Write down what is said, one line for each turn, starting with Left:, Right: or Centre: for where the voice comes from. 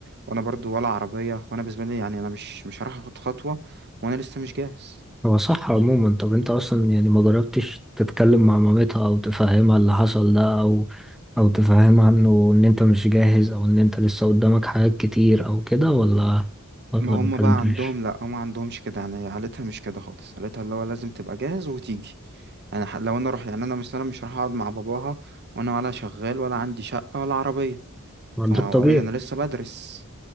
Right: وانا برضو ولا عربية وانا بالنسبة لي يعني انا مش مش هروح اخد خطوة وانا لسه مش جاهز
Centre: هو صح عموما طب انت اصلا يعني ما جربتش تتكلم مع مامتها او تفهمها اللي حصل ده او او تفهمها انه ان انت مش جاهز او ان انت لسه قدامك حاجات كتير او كده ولا ولا
Right: ما
Centre: ما
Right: هم
Centre: اتكلمتش
Right: بقى عندهم لا هم ما عندهمش كده يعني عيلتها مش كده خالص عيلتها اللي هو لازم تبقى جاهز وتيجي يعني ح- لو انا اروح يعني انا مثلا مش هروح اقعد مع باباها وانا ولا شغال ولا عندي شقة ولا عربية
Centre: ما
Right: فانا
Centre: ده الطبيعي
Right: اوريدي انا لسه بدرس